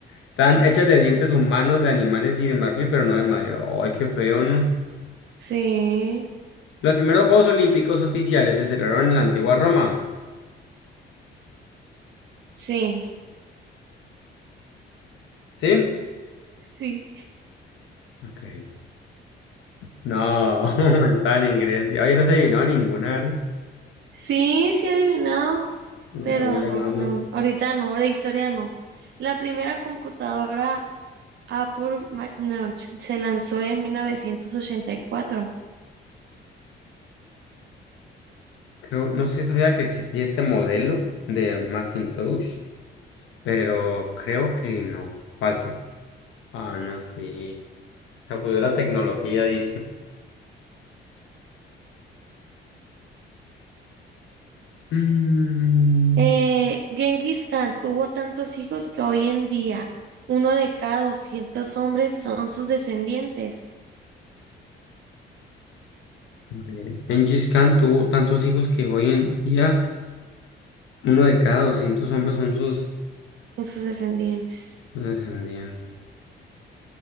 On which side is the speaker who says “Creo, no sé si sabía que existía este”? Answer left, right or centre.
Left